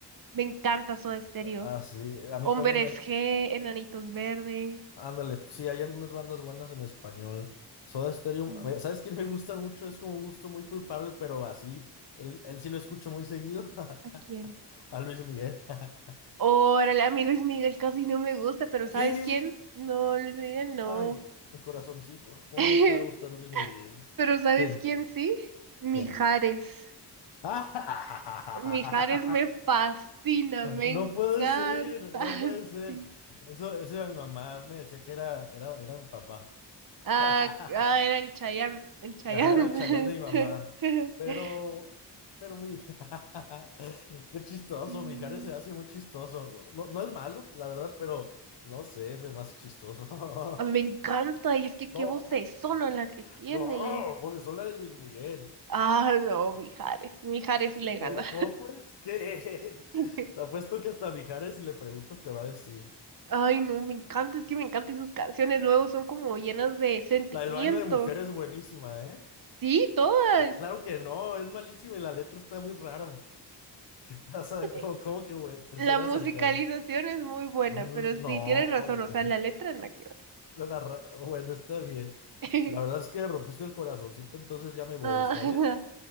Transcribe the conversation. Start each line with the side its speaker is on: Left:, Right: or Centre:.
Right: Me encanta Soda Stereo.
Left: Ah, sí, a mí
Right: Hombres
Left: también, eh,
Right: G, Enanitos Verdes.
Left: Ándale, pues sí, hay algunas bandas buenas en español. Soda Stereo,
Right: em,
Left: me- ¿sabes quién me gusta mucho? Es como un gusto muy culpable, pero así, él, él sí lo escucho muy seguido. <laughs>
Right: ¿A quién?
Left: A Luis Miguel. <laughs>
Right: Órale, a mí Luis Miguel casi no me gusta, pero
Left: ¿Qué?
Right: ¿sabes quién? No, Luis Miguel no.
Left: Ay, mi corazoncito, ¿cómo
Right: <laughs>
Left: no te va a gustar Luis Miguel?
Right: Pero ¿sabes
Left: ¿Quién?
Right: quién sí? Mijares.
Left: ¿Quién? ¡Ah!
Right: Mijares me
Left: <laughs>
Right: fascina, me
Left: No
Right: encanta.
Left: puede ser, no
Right: <laughs>
Left: puede ser.
Right: Sí.
Left: Eso, eso era mi mamá, me decía que era, era, era mi papá.
Right: Ah,
Left: <laughs>
Right: ah, era el Chayanne, el Chayanne.
Left: Ajá, era el Chayán de mi mamá.
Right: <laughs>
Left: Pero, pero mi... <laughs> Qué chistoso,
Right: Mm,
Left: Mijares se hace muy chistoso. No, no es malo, la verdad, pero no sé, se me hace chistoso.
Right: A mí me
Left: <laughs>
Right: encanta, y es que qué
Left: No,
Right: vocesona la que tiene.
Left: no, pues son la de Luis Miguel.
Right: Ah, no, Mijares, Mijares le gana.
Left: No, ¿cómo puedes? ¿Qué?
Right: <laughs>
Left: <laughs> Te apuesto que hasta Mijares, si le preguntas, te va a decir.
Right: Ay, no, me encanta, es que me encantan sus canciones, luego son como llenas de sentimiento.
Left: La del baño de mujeres es buenísima, ¿eh?
Right: Sí, todas.
Left: Claro que no, es malísima y la letra está muy rara. ¿Qué pasa?
Right: <laughs>
Left: ¿Cómo, cómo que, güey? ¿Te
Right: La
Left: será
Right: musicalización
Left: sarcasmo?
Right: es muy buena,
Left: Mm,
Right: pero sí,
Left: No,
Right: tienes razón,
Left: ay,
Right: o sea,
Left: <laughs>
Right: la letra en la que ver.
Left: la narra- bueno, está bien.
Right: <laughs>
Left: La verdad es que rompiste el corazoncito, entonces ya me voy,
Right: Ah,
Left: ¿está
Right: <laughs>
Left: bien?